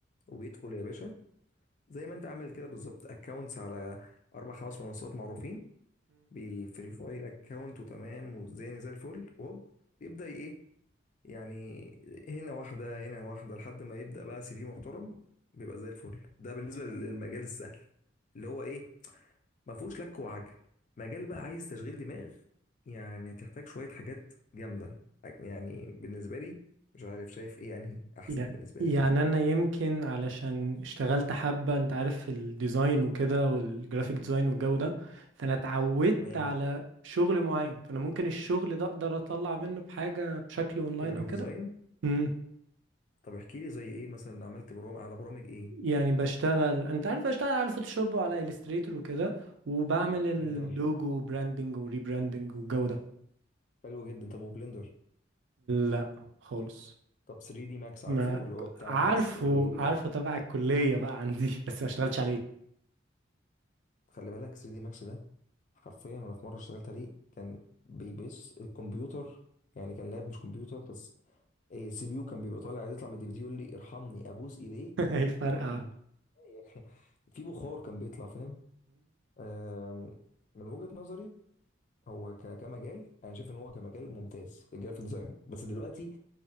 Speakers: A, on the left; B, on the right.
A: وبيدخل يا باشا زي ما انت عامل كده بالظبط اكونتس على اربع خمس منصات معروفين بيفيريفاي الاكونت وتمام والدنيا زي الفل وهوب بيبدا ايه يعني هنا واحده هنا واحده لحد ما يبدا بقى سي في محترم بيبقى زي الفل ده بالنسبه للمجال السهل اللي هو ايه ما فيهوش لك وعجل مجال بقى عايز تشغيل دماغ يعني هتحتاج شوية حاجات جامدة يعني بالنسبة لي مش عارف شايف ايه انهي احسن
B: يع-
A: بالنسبة
B: يعني
A: لك
B: انا يمكن علشان اشتغلت حبة انت عارف في الديزاين وكده والجرافيك ديزاين والجو ده فانا اتعودت
A: تمام
B: على شغل معين فانا ممكن الشغل ده اقدر اطلع منه بحاجة بشكل اونلاين
A: جرافيك
B: او كده
A: ديزاين
B: امم
A: طب احكي لي زي ايه مثلا عملت برامج على برامج ايه
B: يعني بشتغل انت عارف بشتغل على فوتوشوب وعلى الستريتور وكده وبعمل اللوجو
A: بلندر
B: وبراندنج وريبراندنج والجو ده
A: حلو جدا طب وبلندر
B: لا خالص
A: طب 3 دي ماكس
B: ما
A: عارفه اللي هو بتاع
B: عارفه
A: الأس... ال...
B: عارفه تبع الكلية بقى عندي بس ما اشتغلتش عليه
A: خلي بالك 3 دي ماكس ده حرفيا انا في مرة اشتغلت عليه كان بيبص الكمبيوتر يعني كان لاب مش كمبيوتر بس السي بي يو كان بيبقى طالع عايز يطلع من الدي في دي يقول لي ارحمني ابوس ايديك
B: <laughs> هيفرقع
A: ما- م- <laughs> في بخار كان بيطلع فاهم آم، من وجهة نظري هو ك- كمجال انا شايف ان هو كمجال ممتاز الجرافيك ديزاين بس دلوقتي